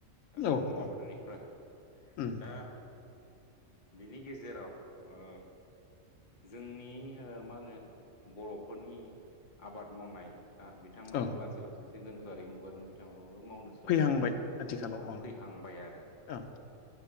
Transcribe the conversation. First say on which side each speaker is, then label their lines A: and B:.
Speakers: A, on the left; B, on the left.
A: ओ
B: ओं
A: जोंनि
B: औ
A: आबादारिफ्रा
B: उम
A: दा बिनि गेजेराव ओ जोंनि ओ मा होनो बर'फोरनि आबाद मावनाय ओ बिथांमोनहाबो
B: ओं
A: लासै लासै एसे दोनखोआरि मुगाजों बिथांमोनाबो मावनो सोलोंबाय
B: फैहांबाय आथिखालाव ओं
A: फैहांबाय आरो
B: ओं